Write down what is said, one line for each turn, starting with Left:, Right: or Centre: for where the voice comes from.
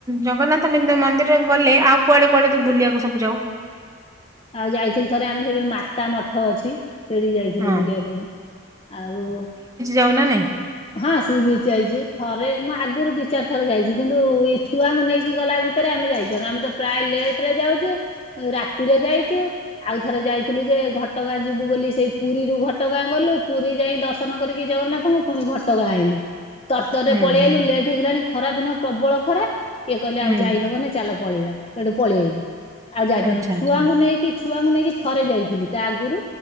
Right: ଜଗନ୍ନାଥ ମେନ୍ଦ ମନ୍ଦିରରେ ଗଲେ ଆଉ କୁଆଡେ କୁଆଡେ ତୁ ବୁଲିଆକୁ ସବୁ ଯାଉ?
Left: ଆଉ ଯାଇଥିଲୁ ଥରେ ଆମେ ସେଇ ଯୋଉ ମାତା ମଠ ଅଛି। ସେଠିକି ଯାଇଥିଲୁ
Right: ହଁ
Left: ବୁଲିଆ ପାଇଁ। ଆଉ
Right: ଯାଉନା ନାଇଁ।
Left: ହଁ ସିଏ ବି ଯାଇଚୁ ଥରେ ମୁଁ ଆଗୁରୁ ଦି ଚାର୍ ଥର ଯାଇଚି କିନ୍ତୁ ଏଇ ଛୁ ଛୁଆଙ୍କୁ ନେଇକି ଗଲା ଭିତେରେ ଆମେ ଯାଇପାରୁ ଆମେ ତ ପ୍ରାୟ ଲେଟ୍ ରେ ଯାଉଚୁ ରାତିରେ ଯାଇଚୁ ଆଉଥରେ ଯାଇଥିଲୁ ଯେ, ଘଟଗାଁ ଯିବୁ ବୋଲି ସେଇ ପୁରୀରୁୁ ଘଟଗାଁ ଗଲୁ ପୁରୀ ଯାଇ ଦର୍ଶ ର୍ଶନ କରିକି ଜଗନ୍ନାଥଙ୍କୁ ଫୁଣି ଘଟଗାଁ ଆଇଲୁ ତରତରରେ
Right: ହୁଁ
Left: ପଳେଇଆଇଲୁ
Right: ହୁଁ
Left: ଲେଟ୍ ହେଇଗଲାଣି ଖରା ଦିନ ପ୍ରବଳ ଖରା। ଇଏ କଇଲେ
Right: ହୁଁ
Left: ଆଉ ଯାଇହବନେଇ ଚାଲ ପଳେଇବା ସେଠୁ ପଳିଆଇଲୁ ଆଉ ଯାଇପାରିବାନେ
Right: ଆଚ୍ଛା ଆଚ୍ଛା
Left: ଛୁଆଙ୍କୁ ନେଇକି ଛୁ ଛୁଆଙ୍କୁ ନେଇକି ଥରେ ଯାଇଥିଲି ତା ଆଗୁରୁ